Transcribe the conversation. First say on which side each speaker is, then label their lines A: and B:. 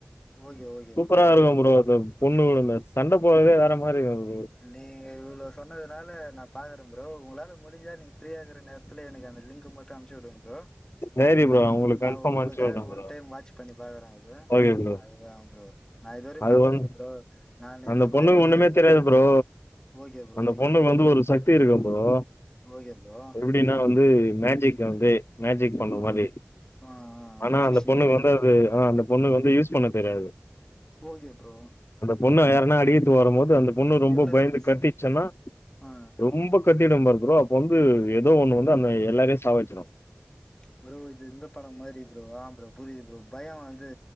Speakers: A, on the left; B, on the left.
A: ஓகே ஓகே
B: சூப்பரா
A: ப்ரோ
B: இருக்கு ப்ரோ அது பொண்ணு கூட அந்த சண்ட போட்றதே வேற மாரி இருக்கு
A: நீங்க இவ்ளோ சொன்னதுனால நா பாக்குற ப்ரோ உங்களால முடிஞ்சா நீங்க ஃப்ரீயா இருக்ற நேரத்துல எனக்கு அந்த லிங்க் மட்டு அனுப்ச்சு விடுங்க ப்ரோ
B: சரி
A: நானு
B: ப்ரோ உங்களுக்கு
A: நா
B: கன்ஃபார்ம்
A: உங்களுக்காக
B: அனுப்ச்சு விட்றே ப்ரோ
A: ஒன் டைம் வாட்ச் பண்ணி பாக்குறே அத
B: ஓகே ப்ரோ
A: அதுதா ப்ரோ நா இதுவரையு
B: அது
A: பாத்தது
B: வந்
A: இல்ல ப்ரோ நானு
B: அந்த
A: இந்த
B: பொண்ணுக்கு
A: மாரி
B: ஒண்ணுமே தெரியாது ப்ரோ
A: ஓகே ப்ரோ
B: அந்த
A: ஓகே
B: பொண்ணுக்கு
A: ப்ரோ
B: வந்து ஒரு சக்தி இருக்கு ப்ரோ
A: ஓகே ப்ரோ
B: எப்டின்னா வந்து மேஜிக் வந்து மேஜிக் பண்ண மாரி
A: ஆ ஆ
B: ஆனா
A: மெஜிஷியன்
B: அந்த பொண்ணுக்கு வந்து அது ஆ அந்த பொண்ணுக்கு வந்து யூஸ் பண்ண தெரியாது
A: ஓகே ப்ரோ
B: பொண்ண யாரனா அடிக்கிறத்துக்கு வரும்போது அந்த பொண்ணு ரொம்ப
A: இன்னசென்ஸ்
B: பயந்து கத்திச்சுன்னா
A: ஆ
B: ரொம்ப கத்திடு பாரு ப்ரோ அப்ப வந்து ஏதோ ஒண்ணு வந்து அந்த எல்லாரயு சாவடிச்சுடு
A: ப்ரோ இது இந்த படம் மாரி ப்ரோ ஆ ப்ரோ புரியுது ப்ரோ பய வந்து